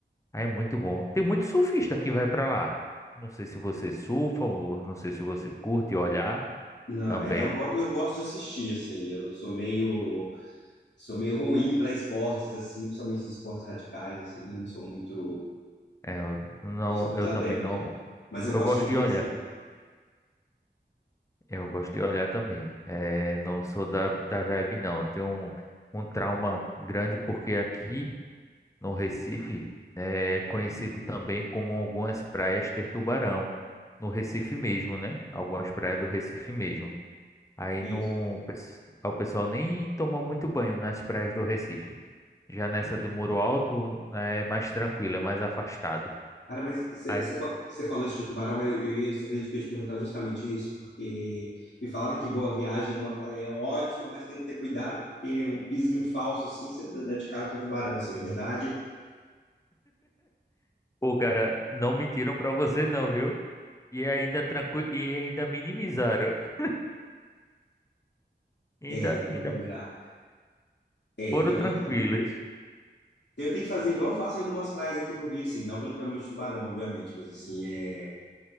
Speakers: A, on the left; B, on the left.
A: Ah, É muito bom. Tem muito surfista que vai pra lá. Não sei se você surfa, ou não sei se você curte olhar
B: Não,
A: também.
B: é, eu gosto, eu gosto de assistir, assim, eu sou meio, sou meio ruim para esportes, assim, principalmente os esportes radicais, assim, eu não sou muito
A: É, eu não,
B: Eu sou muito
A: eu
B: adepto.
A: também não.
B: Mas eu
A: Eu
B: gosto
A: gosto
B: de ver
A: de olhar.
B: isso. né?
A: Eu gosto de olhar também. É, não sou da, da vibe, não. Eu tenho um, um trauma grande porque aqui no Recife é conhecido também como algumas praias ter tubarão. No Recife mesmo, né? Algumas praias do Recife mesmo. Aí
B: É
A: não,
B: isso.
A: pes- o pessoal nem toma muito banho nas praias do Recife. Já nessa do Muro Alto né, é mais tranquila, é mais afastada.
B: Cara, mas
A: Aí,
B: você falou isso de Tubarão, eu, eu, ia- cê acredita que eu ia te perguntar justamente isso, porque me falaram que Boa Viagem é uma praia ótima, mas tem que ter cuidado, porque um piso falso assim, você dá de cara com tubarão, assim, é verdade?
A: pô, cara, não mentiram pra você não, viu? E ainda tranqui... e ainda minimizaram. <laughs> Ainda
B: É, então,
A: ainda
B: não dá. é,
A: foram
B: então
A: tranquilos.
B: assim, eu tenho que fazer igual eu faço em algumas praias aqui do Rio, assim, não pelo problema de tubarão, obviamente, mas assim, é,